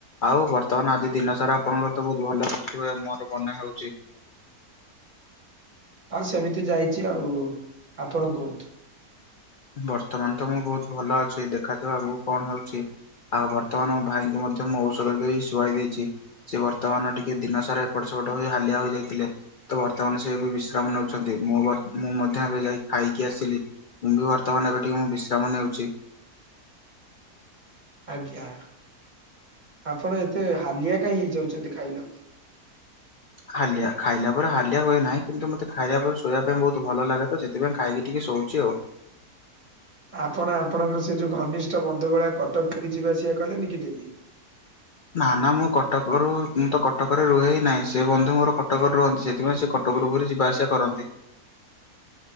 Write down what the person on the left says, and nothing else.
ଆଉ ବର୍ତ୍ତମାନ ଆଜି ଦିନ ସାରା ଆପଣଙ୍କର ତ ବହୁତ ଭଲ କଟିଥିବ ମୋର ମନେ ହଉଛି।
ବର୍ତ୍ତମାନ ତ ମୁଁ ବହୁତ ଭଲ ଅଛି ଦେଖାଯାଉ ଆଗକୁ କଣ ହଉଛି। ଆଉ ବର୍ତ୍ତମାନ ମୋ ଭାଇଙ୍କୁ ମଧ୍ୟ ମୁଁ ଔଷଧ ଦେଇ ଶୁଆଇ ଦେଇଛି। ସେ ବର୍ତ୍ତମାନ ଟିକେ ଦିନ ସାରା ଏପଟ ସେପଟ ହୋଇ ହାଲିଆ ହୋଇଯାଇଥିଲେ। ତ ବର୍ତ୍ତମାନ ସେ ବି ବିଶ୍ରାମ ନେଉଛନ୍ତି ମୁଁ ମୁଁ ମଧ୍ୟ ଏବେ ଯାଇକି ଖାଇକି ଆସିଲି ମୁଁ ବି ବର୍ତ୍ତମାନ ଏବେ ଟିକେ ମୁଁ ବିଶ୍ରାମ ନେଉଛି।
ହାଲିଆ ଖାଇଲା ପରେ ହାଲିଆ ହୁଏ ନାହିଁ କିନ୍ତୁ ମତେ ଖାଇଲା ପରେ ଶୋଇବା ପାଇଁ ବହୁତ ଭଲ ଲାଗେ ତ ସେ ସେଥିପାଇ ଖାଇକି ଟିକେ ଶୋଉଛି ଆଉ।
ନା ନା ମୁଁ କଟକରୁ ମୁଁ ତ କଟକରେ ରୁହେ ନାହିଁ ସେ ବନ୍ଧୁ ମୋର କଟକରେ ରୁହନ୍ତି ସେ ସେଥିପାଇଁ ସେ କଟକରୁ ପୁରୀ ଯିବାଆସିବା କରନ୍ତି।